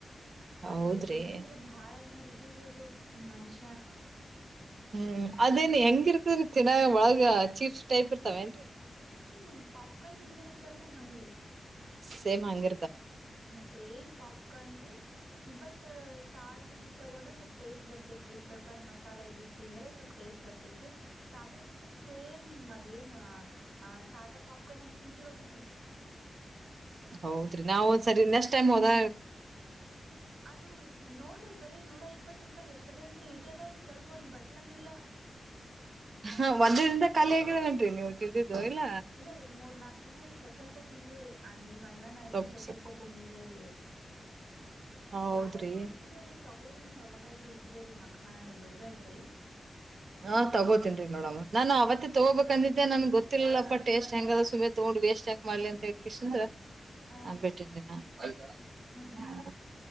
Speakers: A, on the right (about 60°); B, on the right (about 80°).
A: ಹೌದ್ರಿ
B: ಅಂತವ್ ತಿನ್ಬೇಕೇ್ರಿ ಬಾಳ ಏನರ್ಜಿರಿ ಅದು ಮನ್ಷ್ಯ
A: ಹ್ಮ್ ಅದೇನ ಹೆಂಗಿರ್ತರಿ ಚನ್ನಾಗ ಒಳಗ ಚೀಪ್ಸ್ ಟೈಪ್ ಇರ್ತಾವೇಏನ್ರರಿ
B: ಹ ಪಾಪ್ಕಾರ್ನ್ ಹಿಂಗಿರತ್ತಲ್ರಿ ಹಂಗ್ರರಿ
A: ಸೇಮ್ ಅಂಗರ್
B: ಹ ಸೇಮ್ ಪಾಪ್ಕಾರ್ನ್ ರೀ ಬಟ್ ಸಾಲ್ಟ್ ಇದಿತ್ ತಗೊಂಡ್ರೆ ಸ್ವಲ್ಪ್ ಟೇಸ್ಟ್ ಬರ್ತೈತ್ ರೀ ಪೆಪರ್ ಮಸಾಲ ಇದಿ ತಿಂದ್ರೆ ಸ್ವಲ್ಪ ಟೇಸ್ಟ್ ಬರ್ತೇತ್ರಿ ಸಾದಾ ತಿಂದ್ರ ಸೇಮ್ ಅದೇನ್ ಸಾದಾ ಪಪ್ಕಾರ್ನ್ ಹೆಂಗ ತಿಂತೀಲ್ರಿ
A: ಹೌದ್ರಿ ನಾವು್ ಸರಿ ನೆಕ್ಸ್ಟ್ ಟೈಮ್ ಹೋದ
B: ಅದು ನೋಡ್ರಿ ಬರೀ ನೂರ ಇಪ್ಪತ್ ರೂಪಾಯ ಎಷ್ಟು ರೇಟ್್ರೀ ಇಟಿದಾವ್ರಿ ಸ್ವಲ್ಪ ಇಪ್ಪೊಂದ ಬಟ್ಲನುೂ ಇಲ್ಲ
A: ಹ ಒಂದ ದಿಂದ ಖಾಲಿ ಆಗಿದ್ದ ನನ್ರಿ ನೀವು್ ತಿಂದಿದ್ದು ಇಲ್ಲ
B: ರೀ ಮೂರ್ ನಾಕ್ ದಿನ ರೀ ಸೊಸವಲ್ಪೆ ತಿಂದೇರಿ ನಿಮ್ಮ ಅಣ್ಣನ ಇಬರು
A: ಸೊಪ್
B: ಸೊಸ್ವಲ್ಪೆ
A: ಸೊಪ್
B: ತಿಂದೇರಿ
A: ಹೌದ್ರಿ
B: ಬಾಳ ಪ್ರೋಟೀನ್ ಅದು ತಗೊ ಹಗೋರಿ ನೀವ್ ಯಾವಾಗಾದ್ೂ ಇದ್ರಿ ರರಿ ಮಖಾನಾನ ಬಿಡ್ಬ್ಯಾಡ್ರಿ
A: ಹಾ ತಗೋತೇನ್ರಿ ನೋಡಮ್ಮ ನಾನ್ ಅವತ್ತ ತಗೋಬೇಕಂದಿದ್ದೆ ನನ್ ಗೊತ್ತಿಲ್ಲಲ್ಲಪ್ಪಾ ಟೇಸ್ಟ್ ಹೆಂಗ ಸುಮನೆ ತಗೊಂಡ ನ ವೇಸ್ಟ್ ಹಾಕ್ ಮಾಡ್ಲಿ ಅಂತ ಕಂದ್ರ
B: ಹ
A: ಆಬಟ್ಟಿದಿನಾ ಹ
B: ಹ್ಮ್ ಹ್ಮ್